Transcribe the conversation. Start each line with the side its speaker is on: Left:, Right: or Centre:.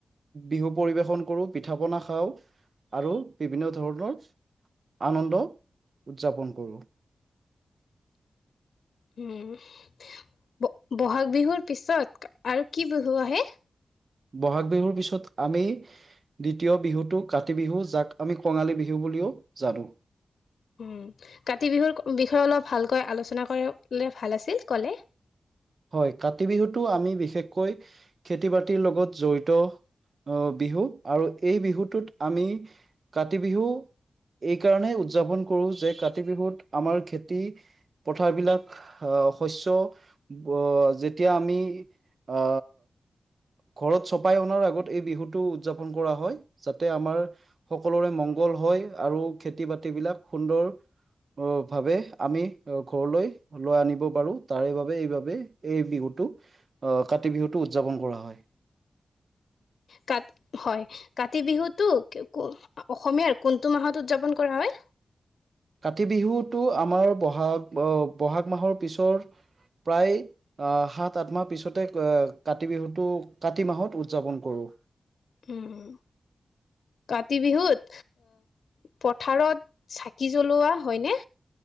Right: বিহু পৰিবেশন কৰো, পিঠা-পনা খাওঁ আৰু বিভিন্ন ধৰণৰ আনন্দ উদযাপন কৰো।
Left: উম। ব'হাগ বিহুৰ পিছত আৰু কি বিহু আহে?
Right: ব'হাগ বিহুৰ পিছত আমি দ্বিতীয় বিহুটো কাতি বিহু যাক আমি কঙালী বিহু বুলিও জানো।
Left: উম কাতি বিহুৰ বিষয়ে অলপ ভালকৈ আলোচনা কৰিলে ভাল আছিল ক'লে।
Right: হয়, কাতি বিহুটো আমি বিশেষকৈ খেতি-বাতিৰ লগত জড়িত আ বিহু আৰু এই বিহুটোত আমি কাতি বিহু এই কাৰণেই উদযাপন কৰো যে কাতি বিহুত আমাৰ খেতি পথাৰবিলাক আ শস্য ব যেতিয়া আমি আ ঘৰত চপাই অনাৰ আগত এই বিহুটো উদযাপন কৰা হয় যাতে আমাৰ সকলোৰে মংগল হয় আৰু খেতি-বাতিবিলাক সুন্দৰ ভাৱে আমি ঘৰলৈ লৈ আনিব পাৰো তাৰে বাবে এইবাবে এই বিহুটো আ কাতি বিহুটো উদযাপন কৰা হয়।
Left: কাত হয়। কাতি বিহুটো ক অসমীয়াৰ কোনটো মাহত উদযাপন কৰা হয়?
Right: কাতি বিহুটো আমাৰ ব'হাগ আ ব'হাগ মাহৰ পিছৰ প্ৰায় আ সাত, আঠ মাহ পিছতে কাতি বিহুটো কাতি মাহত উদযাপন কৰো।
Left: উম। কাতি বিহুত পথাৰত চাকি জ্বলোৱা হয়নে?